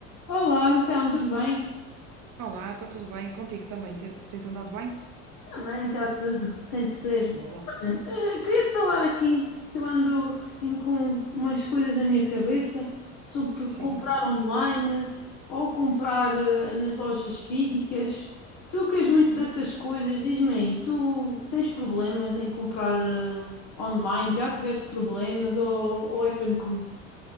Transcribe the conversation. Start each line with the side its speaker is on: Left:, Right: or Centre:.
Left: Olá, então, tudo bem?
Right: Olá, está tudo bem? Contigo também? Te- Tens andado bem?
Left: Também está tudo, tem de ser.
Right: Boa.
Left: Olha, eh, queria te falar aqui que eu ando assim com umas coisas na minha cabeça sobre
Right: Sim,
Left: comprar
Right: então.
Left: online ou comprar eh, nas lojas físicas. Tu que és muito dessas coisas, diz-me aí, tu tens problemas em comprar eh, online? Já tiveste problemas ou, ou é tranquilo?